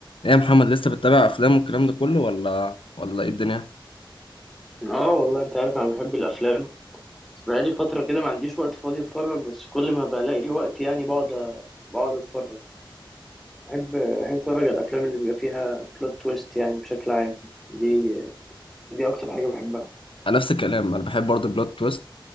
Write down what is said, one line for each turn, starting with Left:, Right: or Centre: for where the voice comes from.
Left: ايه يا محمد لسه بتتابع افلام والكلام ده كله ولا ولا ايه الدنيا
Centre: اه والله انت عارف انا بحب الافلام بس بقالي فتره كده ما عنديش وقت فاضي اتفرج بس كل ما بلاقي وقت يعني بقعد بقعد اتفرج بحب بحب اتفرج على الافلام اللي بيبقى فيها بلوت تويست يعني بشكل عام دي دي اكتر حاجه بحبها
Left: انا نفس الكلام انا بحب برضه بلوت تويست